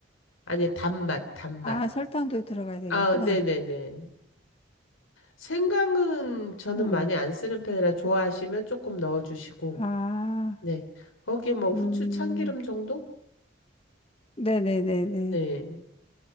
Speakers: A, on the left (about 90°); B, on the left (about 30°).
A: 아니, 단맛, 단맛.
B: 아, 설탕도 들어가야 되겠구나.
A: 아, 네네네. 생강은 저는
B: 응.
A: 많이 안 쓰는 편이라 좋아하시면 조금 넣어주시고,
B: 아,
A: 네. 거기 뭐 후추
B: 음,
A: 참기름 정도?
B: 네네네네.
A: 네.